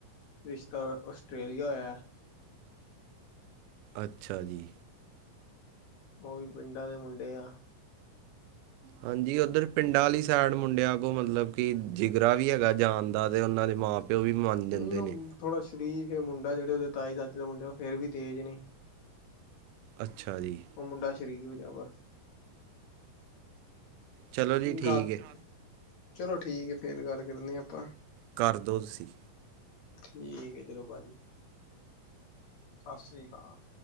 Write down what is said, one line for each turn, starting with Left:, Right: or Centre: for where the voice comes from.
Left: ਰਿਸ਼ਤਾ ਆਸਟ੍ਰੇਲੀਆ ਹੋਇਆ
Right: ਅੱਛਾ ਜੀ।
Left: ਉਹ ਵੀ ਪਿੰਡਾਂ ਦੇ ਮੁੰਡੇ ਆ।
Right: ਹਾਂਜੀ ਉੱਧਰ ਪਿੰਡਾਂ ਵਾਲੀ ਸਾਈਡ ਮੁੰਡਿਆਂ ਕੋਲ ਮਤਲਬ ਕਿ ਜਿਗਰਾ ਵੀ ਹੈਗਾ ਜਾਣ ਦਾ ਤੇ ਉਹਨਾਂ ਦੇ ਮਾਂ ਪਿਓ ਵੀ ਮੰਨ ਜਾਂਦੇ
Left: ਨਹੀਂ ਉਹ
Right: ਨੇ
Left: ਥੋੜਾ ਸਰੀਫ ਮੁੰਡਾ ਜਿਹੜੇ ਉਹਦੇ ਤਾਏ ਤਾਚੇ ਦੇ ਮੁੰਡੇ ਉਹ ਫੇਰ ਵੀ ਤੇਜ ਨੇ।
Right: ਅੱਛਾ ਜੀ।
Left: ਉਹ ਮੁੰਡਾ ਸ਼ਰੀਫ ਆ ਪਰ।
Right: ਚਲੋ ਜੀ ਠੀਕ
Left: ਰਾਤ
Right: ਹੈ
Left: ਚਲੋ ਠੀਕ ਹੈ ਫੇਰ ਗੱਲ ਕਰਨੇ ਆ ਆਪਾਂ।
Right: ਕਰ ਦੋ ਤੁਸੀ।
Left: ਠੀਕ ਹੈ ਚਲੋ ਭਾਜੀ। ਸਤਿ ਸ੍ਰੀ ਅਕਾਲ।